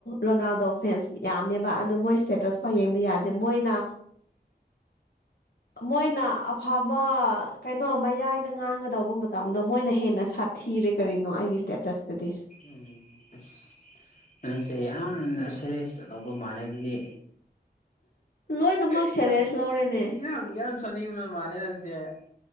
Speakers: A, on the left; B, on the left.
A: ꯔꯣꯅꯥꯜꯗꯣ ꯐꯦꯟꯁ ꯌꯥꯝꯃꯦꯕ ꯑꯗꯨ ꯃꯣꯏ ꯏꯁꯇꯦꯇꯁ ꯐꯥꯎ ꯌꯦꯡꯕ ꯌꯥꯗꯦ ꯃꯣꯏꯅ ꯃꯣꯏꯅ ꯑꯐꯕ ꯀꯩꯅꯣ ꯃꯌꯥꯏꯗ ꯉꯥꯡꯒꯗꯧꯕ ꯃꯇꯝꯗꯣ ꯃꯣꯏꯅ ꯍꯦꯟꯅ ꯁꯥꯠ ꯊꯤꯔꯦ ꯀꯔꯤꯅꯣ ꯑꯩꯒꯤ ꯁ꯭ꯇꯦꯇꯁꯇꯗꯤ
B: ꯎꯝ <unintelligible> ꯅꯪꯁꯦ ꯌꯥꯝꯅ ꯁꯦꯔꯤꯁ ꯂꯧꯕ ꯃꯥꯜꯂꯦ ꯑꯗꯨꯗꯤ
A: ꯂꯣꯏꯅꯃꯛ
B: ꯌꯥꯝ
A: ꯁꯦꯔꯦꯁ ꯂꯧꯔꯦꯅꯦ
B: ꯌꯥꯝ <unintelligible> ꯃꯥꯅꯦ ꯅꯪꯁꯦ